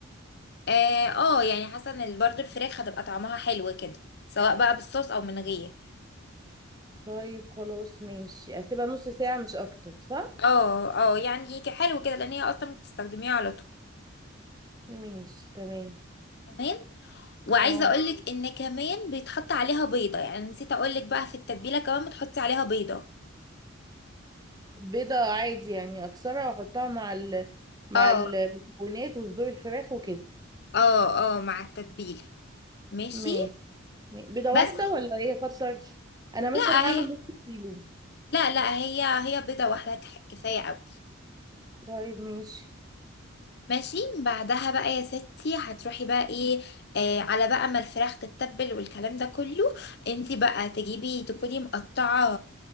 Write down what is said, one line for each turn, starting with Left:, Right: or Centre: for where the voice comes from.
Left: اه, آه يعني حاسه ان برضو الفراخ هتبقى طعمها حلو كده سواء بقى بالصوص او من غير
Right: طيب خلاص ماشي اسيبها نص ساعة مش اكتر صح
Left: اه اه يعني هيك حلو كده لان هي اصلا بتستخدميها على طول
Right: ماشي تمام
Left: تمام وعايزه
Right: اه
Left: اقولك ان كمان بيتحط عليها بيضه يعني نسيت اقولك بقى في التتبيله كمان بتحطي عليها بيضه
Right: بيضة عادي يعني أكسرها وأحطها مع ال مع
Left: اه
Right: المكونات وصدور الفراخ وكده
Left: اه اه مع التتبيله ماشي
Right: ماشي بيضة
Left: بس
Right: واحدة ولا إيه أكتر؟ أنا
Left: لا
Right: مثلا هعمل
Left: هي
Right: نص كيلو
Left: لا لا هي هي بيضه واحده كح- كفايه قوي
Right: طيب ماشي
Left: ماشي بعدها بقى يا ستي هتروحي بقى ايه آه على بقى ما الفراخ تتبل والكلام ده كله انتي بقى تجيبي تكوني مقطعة